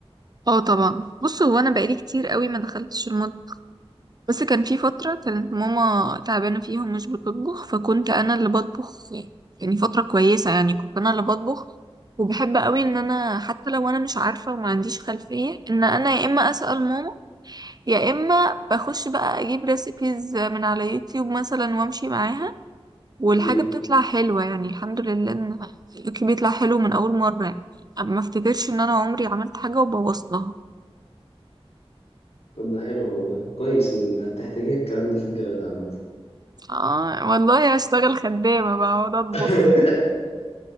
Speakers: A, on the right; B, on the left.
A: اه طبعا بص هو انا بقالي كتير قوي ما دخلتش المطبخ بس كان في فتره كانت ماما تعبانه فيها ومش بتطبخ فكنت انا اللي بطبخ يعني فتره كويسه يعني كنت انا اللي بطبخ وبحب قوي ان انا حتى لو انا مش عارفه وما عنديش خلفيه ان انا يا اما اسال ماما يا اما بخش بقى اجيب ريسيبيز من على يوتيوب مثلا وامشي معاها والحاجه
B: امم
A: بتطلع حلوه يعني الحمد لله ان الأكل بيطلع حلو من اول مره يعني ما افتكرش ان انا عمري عملت حاجه وبوظتها
B: طب ده حلو والله كويس ال- هتحتاجيها الكلام ده في الجواز عامة
A: اه والله هشتغل خدامة بقى اقعد اطبخ
B: <laughs>